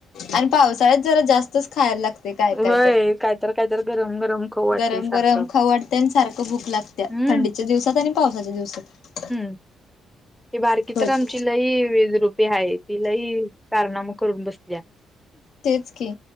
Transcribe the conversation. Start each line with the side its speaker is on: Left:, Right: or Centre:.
Left: आणि पावसाळ्यात जरा जास्तच खायला लाग ते काय
Centre: होय
Left: काय तर
Centre: कायतर कायतर गरम गरम खाऊ वाटतय
Left: गरम
Centre: सारखं
Left: गरम खाऊ वाटतंय आणि सारख भूक लागत्या
Centre: हम्म
Left: थंडीच्या दिवसात आणि पावसाच्या दिवसात.
Centre: <inaudible> ती बारकी
Left: भज
Centre: तर आमची लई विदरूपी हाय ती लई कारनाम करून बसतीया.
Left: तेच की,